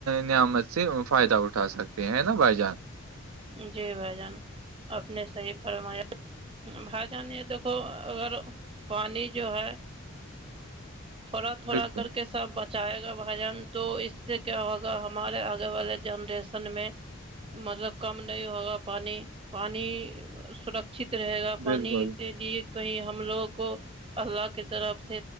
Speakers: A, on the right; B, on the right.
A: نعمت سے فائدہ اٹھا سکتے ہیں نا بھائی جان
B: جی بھ جان اپ نے صحیح فرمایا بھ جان یہ دیکھو اگر پانی جو ہے تھوڑا تھوڑا
A: بالکل
B: کر کے سب بچائے گا بھجن تو اس سے کیا ہوگا ہمارے آگے والے جنریشن میں مطلب کم نہیں ہوگا پانی پانی سرکچت رہے گا
A: بالکل
B: پانی کے لیے کہیں ہم لوگوں کو اللہ کی طرف سے